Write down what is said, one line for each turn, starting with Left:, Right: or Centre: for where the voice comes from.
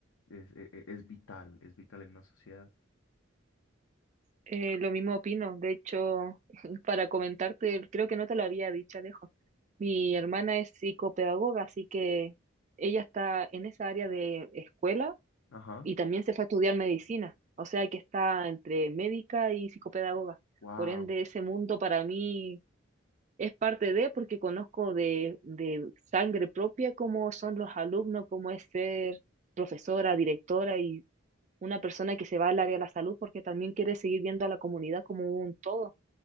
Left: es, e- e- es vital, es vital en una sociedad.
Right: Eh, lo mismo opino. De hecho, <laughs> para comentarte, creo que no te lo había dicho, Alejo. Mi hermana es psicopedagoga, así que ella está en esa área de escuela
Left: Ajá.
Right: y también se fue a estudiar medicina. O sea que está entre médica y psicopedagoga.
Left: Wow.
Right: Por ende, ese mundo para mí es parte de, porque conozco de, de sangre propia cómo son los alumnos, cómo es ser profesora, directora una persona que se va al área de la salud porque también quiere seguir viendo a la comunidad como un todo.